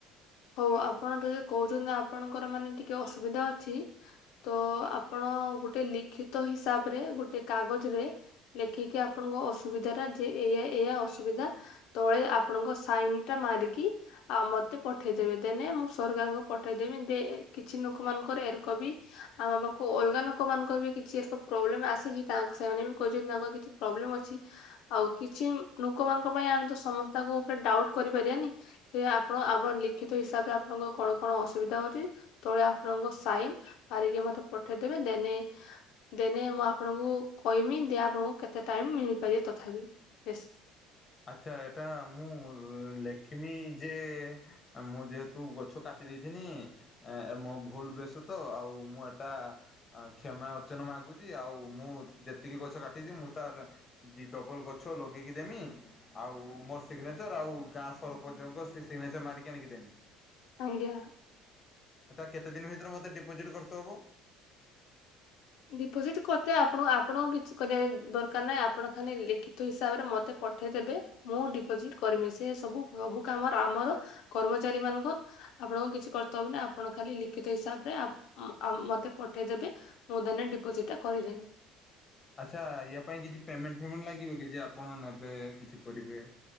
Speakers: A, on the left; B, on the left.
A: ହଉ ଆପଣ ଯଦି କହୁଛନ୍ତି ଆପଣଙ୍କର ମାନେ ଟିକେ ଅସୁବିଧା ଅଛି। ତ ଆପଣ ଗୋଟେ ଲିଖିତ ହିସାବରେ ଗୋଟେ କାଗଜ ରେ ଲେଖିକି ଆପଣଙ୍କ ଅସୁବିଧା ଟା ଯେ ଏୟା ଏୟା ଅସୁବିଧା। ତଳେ ଆପଣଙ୍କ ସାଇନ ଟା ମାରିକି ଆ ମତେ ପଠେଇଦେବେ ଦେନ୍ ମୁଁ ସରକାରଙ୍କୁ ପଠେଇଦେବି ଦେ କିଛି ଲୋକ ମାନଙ୍କର ଏରକ ବି ଆମ ପାଖକୁ ଅଲଗା ଲୋକମାନଙ୍କର ବି କିଛିର ପ୍ରୋବ୍ଲେମ୍ ଆସିଛି ତା ସେମାନେ ବି କହିଛନ୍ତି ତାଙ୍କର କିଛି ପ୍ରୋବ୍ଲେମ୍ ଅଛି। ଆଉ କିଛି ଲୋକମାନଙ୍କ ପାଇଁ ଆମେ ତ ସମସ୍ତଙ୍କ ଉପରେ ଡାଉଟ୍ କରିପାରିବାନି ସେ ଆପଣ ଆପଣ ଲିଖିତ ହିସାବରେ ଆପଣଙ୍କ କଣ କଣ ଅସୁବିଧା ହଉଛି। ତଳେ ଆପଣଙ୍କ ସାଇନ ମାରିକି ମତେ ପଠେଇଦେବେ ଦେନ୍ ଦେନ୍ ମୁଁ ଆପଣଙ୍କୁ କହିମି ଦେ ଆପଣଙ୍କୁ କେତେ ଟାଇମ୍ ମିଳିପାରିବ ତଥାପି ବେଶୀ।
B: ଆଚ୍ଛା ଏଟା ମୁଁ ଲେଖିମି ଯେ ମୁଁ ଯେହେତୁ ଗଛ କାଟି ଦେଇଥିନି। ଏ ମୋ ଭୁଲ ବଶ ତ ଆଉ ମୁଁ ଏଟା ଆ କ୍ଷମା ଅର୍ଚ୍ଚନ ମାଗୁଛି ଆଉ ମୁଁ ଯେତିକି ଗଛ କାଟିଛି ମୁଁ ତାର ଦି ଡବଲ୍ ଗଛ ଲଗେଇକି ଦେମି ଆଉ ମୋର ସିଗ୍ନେଚର ଆଉ ଗାଁ ସରପଞ୍ଚଙ୍କ ସେ ସିଗ୍ନେଚର ମାରିକି ଆଣିକି ଦେମି।
A: ଆଜ୍ଞା।
B: ଏଟା କେତେ ଦିନ ଭିତରେ ମତେ ଡିପୋଜିଟ୍ କରିତେ ହବ?
A: ଡିପୋଜିଟ୍ କରିତେ ଆପଣ ଆପଣଙ୍କୁ କିଛି କରିବା ଦରକାର ନାହିଁ ଆପଣ ଖାଲି ଲିଖିତ ହିସାବରେ ମତେ ମତେ ପଠେଇ ଦେବେ ମୁଁ ଡିପୋଜିଟ୍ କରିବି ସେ ସବୁ ସବୁ କାମର ଆମର କର୍ମଚାରୀ ମାନଙ୍କର ଆପଣଙ୍କୁ କିଛି କର୍ତ୍ତବ୍ଯ ନା ଆପଣ ଖାଲି ଲିଖିତ ହିସାବରେ ଆ ମତେ ପଠେଇଦେବେ। ମୁଁ ଦେନ୍ ଡିପୋଜିଟ୍ କରିଦେନି।
B: ଆଚ୍ଛା ୟା ପାଇଁ କିଛି ପେମେଣ୍ଟ ଫେମେଣ୍ଟ ଲାଗିବ କି ଯେ ଆପଣ ନେବେ କିଛି କରିବେ।